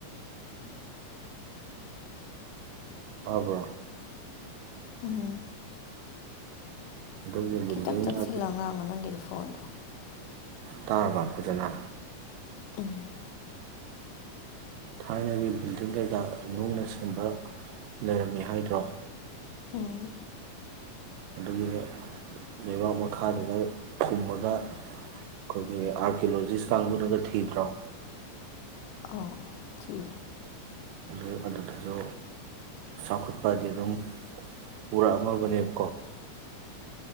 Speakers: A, on the right; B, on the left.
A: ꯑꯕꯣ
B: ꯎꯝ
A: ꯑꯗꯨꯒꯤ ꯕꯤꯜꯗꯤꯡ
B: ꯈꯤꯇꯪ ꯆꯪꯁꯤꯜꯂꯛꯑꯣ
A: ꯍꯥꯏꯗꯤ
B: ꯑ ꯉꯥꯡꯉꯣ ꯅꯪꯒꯤꯗꯣ ꯐꯣꯟꯗ
A: ꯇꯥꯔꯕ ꯐꯖꯅ
B: ꯎꯝ
A: ꯊꯥꯏꯅꯒꯤ ꯕꯤꯜꯗꯤꯡꯗꯨꯗ ꯅꯨꯡꯅ ꯁꯦꯝꯕ ꯂꯩꯔꯝꯃꯤ ꯍꯥꯏꯗ꯭ꯔꯣ
B: ꯎꯝ
A: ꯑꯗꯨꯒꯤ ꯂꯩꯕꯥꯛ ꯃꯈꯥꯗꯨꯗ ꯈꯨꯝꯃꯒ ꯑꯩꯈꯣꯏꯒꯤ ꯑꯥꯔꯀꯤꯌꯣꯂꯣꯖꯤꯁ ꯀꯥꯡꯕꯨꯅꯒ ꯊꯤꯗ꯭ꯔꯣ
B: ꯑꯣ ꯊ
A: ꯑꯗꯨ ꯑꯗꯨꯗꯁꯨ ꯆꯥꯎꯈꯠꯄꯗꯤ ꯑꯗꯨꯝ ꯄꯨꯔꯛꯑꯝꯃꯕꯅꯦꯕꯀꯣ